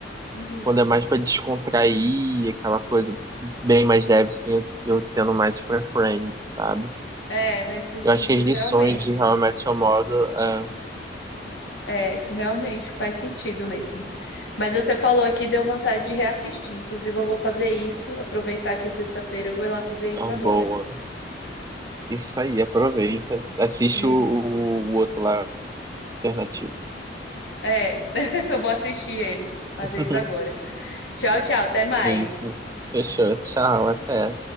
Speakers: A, on the left; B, on the right.
A: uhum.
B: Quando é mais pra descontrair, aquela coisa bem mais leve, assim, eu, eu tendo mais pra Friends, sabe?
A: É, nesse sentido,
B: Eu acho que as lições
A: realmente.
B: de How I Met Your Mother é,
A: É, isso realmente faz sentido mesmo. Mas você falou aqui, deu vontade de reassistir. Inclusive, eu vou fazer isso, aproveitar que é sexta-feira, eu vou ir lá fazer isso
B: é uma
A: agora.
B: boa. Isso aí, aproveita. Assiste
A: Isso.
B: o, o, o outro lá, alternativo.
A: É, <laughs> eu vou assistir ele, fazer
B: <laughs>
A: isso agora. Tchau, tchau, até mais.
B: É isso. Fechou. Tchau, até.